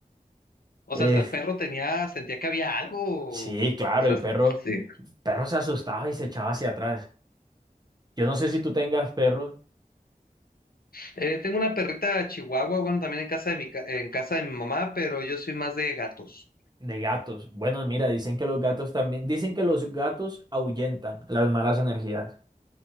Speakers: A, on the left (about 75°); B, on the right (about 25°).
A: O
B: Eh,
A: sea, hasta el perro tenía, sentía que había algo.
B: sí,
A: O
B: claro,
A: sea,
B: el perro,
A: sí.
B: el perro se asustaba y se echaba hacia atrás. Yo no sé si tú tengas perros.
A: Eh, tengo una perrita chihuahua, bueno, también en casa de mi, ca- en casa de mi mamá, pero yo soy más de gatos.
B: De gatos. Bueno, mira, dicen que los gatos también, dicen que los gatos ahuyentan las malas energías.